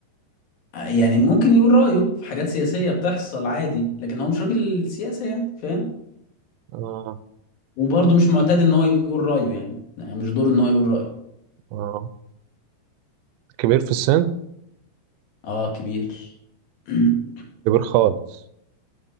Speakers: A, on the left; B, on the right.
A: يعني ممكن يقول رايه في حاجات سياسيه بتحصل عادي لكن هو مش راجل سياسه يعني فاهم
B: آه،
A: وبرضه مش معتاد ان هو يقول رايه يعني يعني مش دوره ان هو يقول رايه
B: آه. كبير في السن
A: اه كبير <clears throat>
B: كبير خالص